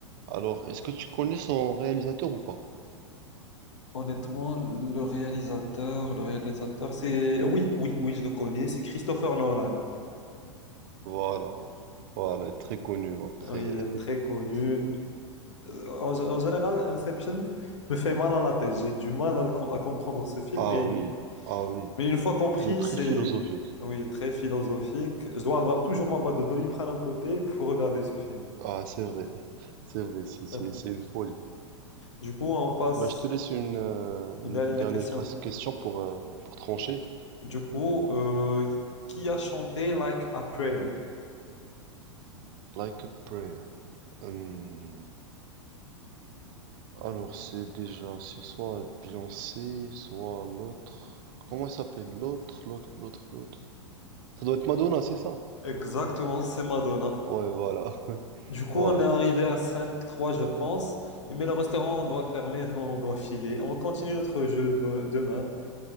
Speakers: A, on the right; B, on the left.
A: Alors, est-ce que tu connais son réalisateur ou pas?
B: Honnêtement, le réalisateur, le réalisateur, c'est... Oui, oui, oui, je le connais, c'est Christopher Nolan.
A: Voilà. Voilà, très connu, donc très...
B: Oui, très
A: <laughs>
B: connu. Euh, En, en général, Inception me fait mal à la tête. J'ai du mal à, le com- à comprendre ce film,
A: Ah
B: mais,
A: oui, ah oui.
B: mais une fois compris,
A: Il est très
B: c'est...
A: philosophique.
B: Oui, très philosophique. Je dois avoir toujours ma boîte de Doliprane à côté pour regarder ce film.
A: Ah, c'est vrai. <laughs> C'est vrai, c'est c'est-
B: <laughs>
A: c'est une folie.
B: Du coup, on passe
A: Bah, je te laisse une, euh,
B: une
A: une
B: dernière
A: dernière
B: question.
A: cras- question pour, euh, pour trancher.
B: Du coup, euh, qui a chanté Like a Prayer?
A: Like a prayer. Hum, Alors, c'est déjà, c'est soit Beyoncé, soit l'autre. Comment elle s'appelle? L'autre, l'autre, l'autre, l'autre. Ça doit être Madonna, c'est ça?
B: Exactement, c'est Madonna.
A: Ouais, voilà, <laughs>
B: Du coup,
A: voilà.
B: on est arrivé à cinq trois, je pense. Mais le restaurant doit fermer, <laughs> on doit filer. On continue notre jeu de- demain.